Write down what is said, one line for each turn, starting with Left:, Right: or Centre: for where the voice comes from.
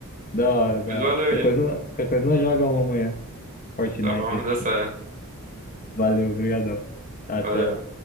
Left: Da hora, da
Right: Pois valeu
Left: hora. Qualquer
Right: aí.
Left: coisa, qualquer coisa nós joga uma amanhã. Fortnite
Right: Tá bom,
Left: aí.
Right: dá certo.
Left: Valeu, obrigado. Até.
Right: Valeu.